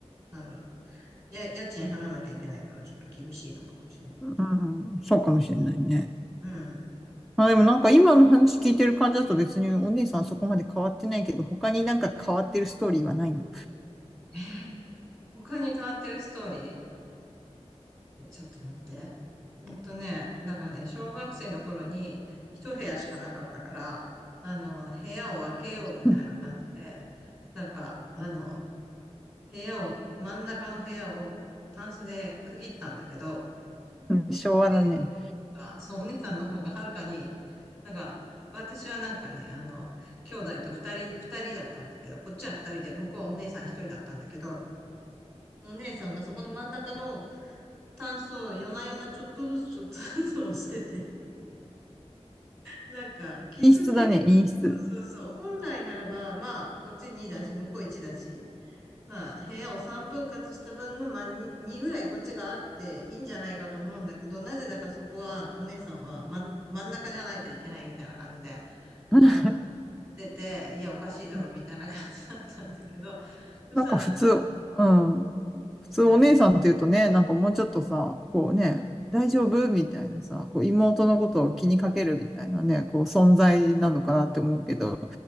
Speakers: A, on the right; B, in the centre.
A: あの、や、家賃払わなきゃいけないから、ちょっと厳しいのかもしれない。
B: うん、そうかもしれないね。
A: うん。
B: まあでもなんか今の話聞いてる感じだと別にお姉さんそこまで変わってないけど、他になんか変わってるストーリーはないの。
A: え他に変わってるストーリーちょっと待って。うんとね、なんからね、小学生の頃に一部屋しかなかったから、あの、部屋を分けようみたいな感じで、
B: <laughs> う
A: なんか、あの、部屋を、真ん中の部屋をタンスで区切ったんだけど、
B: ん昭和だね。
A: お姉さんの方が、そう、お姉さんの方がはるかに、なんか、私はなんかね、あの、兄弟と二人、二人だったんだけど、こっちは二人で、向こうはお姉さん一人だったんだけど、お姉さんがそこの真ん中のタンスを夜な夜なちょっとずつちょっとずつ押してて、なんか、気づけ、
B: 陰湿だね、陰湿。
A: そうそうそう。本来ならば、まあ、こっち2だし、向こう1だし、まあ、部屋を3分割した分の、まあ、2、2ぐらいこっちがあっていいんじゃないかと思うんだけど、なぜだかそこは、お姉さんは真ん、真ん中じゃないといけないみたいな感じで、
B: <laughs>
A: なんか、言ってて、いや、おかしいだろ、
B: うん
A: みたいな感じだったんだけど、そしたらなんか、
B: なんか普通、うん。
A: 普通なに、
B: 普通お姉さんっていうとね、なんかもうちょっとさ、こうね、
A: うん。
B: 大丈夫みたいなさ、こう妹のことを気にかけるみたいなね、こう存在なのかなって思うけど、